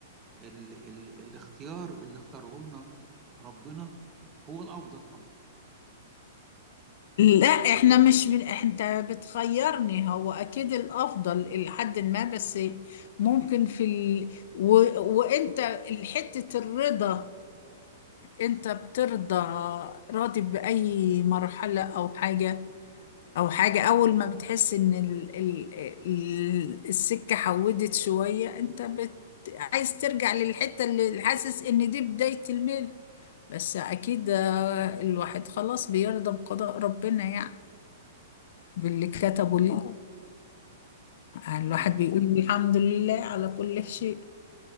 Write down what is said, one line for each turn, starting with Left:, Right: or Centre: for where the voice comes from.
Right: ال ال الاختيار اللي اختاره لنا ربنا هو الافضل طبعا
Left: لا إحنا مش من أنت بتخيرني هو أكيد الأفضل إلى حد ما بس ممكن في ال... و... وأنت حتة الرضا أنت بترضى راضي بأي مرحلة أو حاجة او حاجة اول ما بتحس ان ال ال ال السكة حودت شوية انت بت عايز ترجع للحتة اللي حاسس ان دي بداية الميل بس اكيد آه، الواحد خلاص بيرضى بقضاء ربنا يعني باللي كتبه
Right: مم.
Left: ليه آه، الواحد
Right: تمام
Left: بيقول الحمد لله على كل شيء